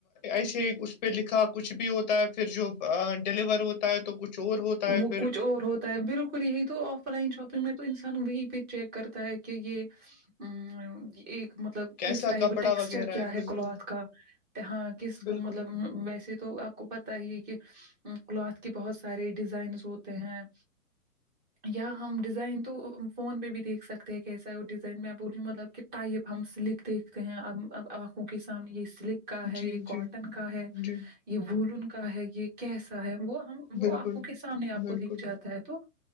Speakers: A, on the left; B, on the right.
A: ایسے اس پہ لکھا کچھ بھی ہوتا ہے پھر جو ڈیلیور ہو ہے تو کچھ اور ہوتا
B: وہ
A: ہے پھر
B: کچھ اور ہو بالکل یہی تو آف لائن شاپنگ میں تو انسان وہی پہ چیک کرتا ہے کہ یہ ا ایک مطلب
A: کیسا
B: کس ٹائپ
A: کپڑا
B: ٹیکسچر
A: وغیرہ
B: کیا ہے
A: بالکل
B: کلاتھ کا ہاں کس کا
A: بالکل
B: مطلب ویسے تو آپ کو پت ہی کہ کلاتھ کے بہت سارے ڈیزائنس ہوتے ہیں یا ہم ڈیزائن تو فون پہ بھی دیکھ سکتے ہیں کیسا وہ ڈیزائن میں آپ بھی مطلب کہ ٹائپ ہم سلک دیکھتے ہیں اب اب آنکھوں کے سامنے یہ سلک کا ہے
A: جی
B: یہ
A: جی
B: کاٹن کا ہے
A: جی
B: یہ وولن کا ہے یہ کیسا ہے وہ ہم وہ
A: بالکل
B: آ کے سامنے آپ
A: بالکل
B: کو دیکھ جاتا ہے تو